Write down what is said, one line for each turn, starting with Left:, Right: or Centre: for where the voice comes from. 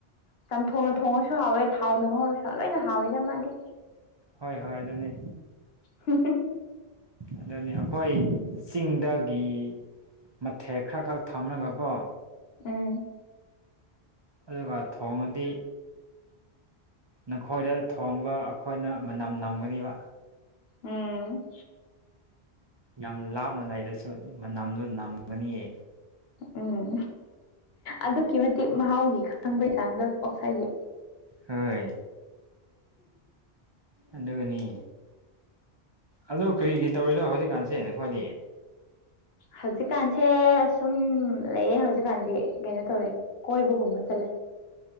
Left: ꯆꯝꯊꯣꯡꯅ ꯊꯣꯡꯉꯁꯨ ꯍꯥꯎꯋꯦ ꯊꯥꯎꯅ ꯉꯧꯔꯁꯨ ꯂꯣꯏꯅ ꯍꯥꯎꯋꯦꯗ ꯃꯥꯗꯤ
Right: ꯍꯣꯏ ꯍꯣꯏ ꯑꯗꯨꯅꯦ
Left: ꯍ
Right: ꯑꯗꯨꯅꯤ ꯑꯩꯈꯣꯏ ꯆꯤꯡꯗꯒꯤ ꯃꯊꯦꯛ ꯈꯔ ꯈꯔ ꯊꯝꯂꯒꯀꯣ
Left: ꯎꯝ
Right: ꯑꯗꯨꯒ ꯊꯣꯡꯉꯗꯤ ꯅꯈꯣꯏꯗ ꯊꯣꯡꯕ ꯑꯩꯈꯣꯏꯅ ꯃꯅꯝ ꯅꯝꯒꯅꯤꯕ
Left: ꯎꯝ
Right: ꯌꯥꯝ ꯂꯥꯞꯅ ꯂꯩꯔꯁꯨ ꯃꯅꯝꯗꯨ ꯅꯝꯒꯅꯤꯌꯦ
Left: ꯎꯝ ꯑꯗꯨꯛꯀꯤ ꯃꯇꯤꯛ ꯃꯍꯥꯎꯒꯤ ꯈꯪꯕꯩ ꯆꯥꯡꯗꯣ ꯑꯣꯛꯁꯥꯏꯒꯤ
Right: ꯍꯣꯏ ꯑꯗꯨꯒꯅꯤ ꯑꯗꯨ ꯀꯔꯤ ꯀꯔꯤ ꯇꯧꯔꯤꯅꯣ ꯍꯧꯖꯤꯛꯀꯥꯟꯁꯦ ꯑꯩꯈꯣꯏꯗꯤ
Left: ꯍꯧꯖꯤꯛꯀꯥꯟꯁꯦ ꯁꯨꯝ ꯂꯩꯌꯦ ꯍꯧꯖꯤꯛꯀꯥꯟꯗꯤ ꯀꯩꯅꯣ ꯇꯧꯋꯦ ꯀꯣꯏꯕꯒꯨꯝꯕ ꯆꯠꯂꯦ